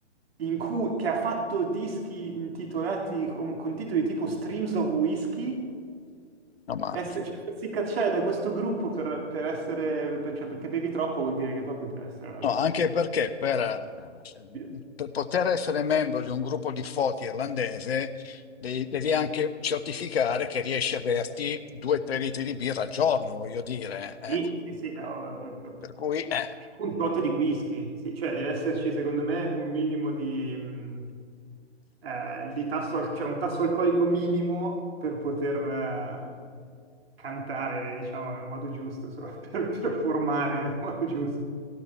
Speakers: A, on the right; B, on the left.
A: in cui- che ha fatto dischi intitolati con, con titoli tipo Streams of Whiskey,
B: No, ma
A: essere, cioè, farsi cacciare da questo gruppo per, per essere, per- cioè, perché bevi troppo vuol dire che proprio deve essere una
B: no, anche perché per, eh,
A: cosa...
B: per poter essere membro di un gruppo di foti irlandese devi, devi anche certificare che riesci a berti 2-3 litri di birra al giorno, voglio dire. eh.
A: Sì, sì, sì, no, eh, eh, eh,
B: Per cui, eh.
A: un tot di whisky, sì, cioè deve esserci secondo me un minimo di, mh, eh, di tasso, al- cioè un tasso alcolico minimo per poter eh, cantare, diciamo, nel modo giusto, insomma, <laughs> per performare nel modo giusto.